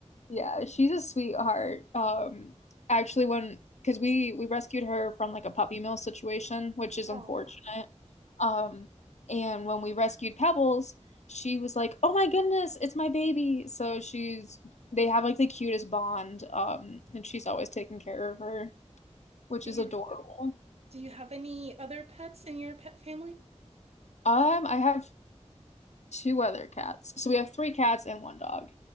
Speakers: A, on the left; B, on the right.
A: Yeah, she's a sweetheart. Um, actually, when because we we rescued her from like a puppy mill situation, which is
B: Oh,
A: unfortunate. Um, and when we rescued Pebbles, she was like, "Oh my goodness, it's my baby!" So she's they have like the cutest bond. Um, and she's always taking care of her, which
B: do
A: is
B: you
A: adorable.
B: do you have any other pets in your pet family?
A: Um, I have two other cats, so we have three cats and one dog.